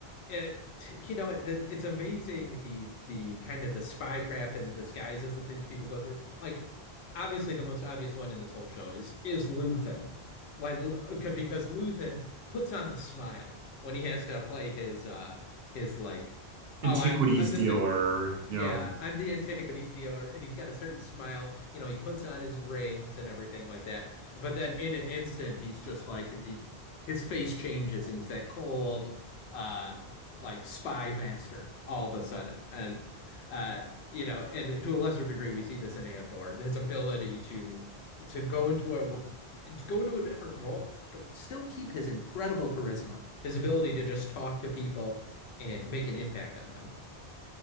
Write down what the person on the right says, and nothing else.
antiquities
dealer.
Yeah.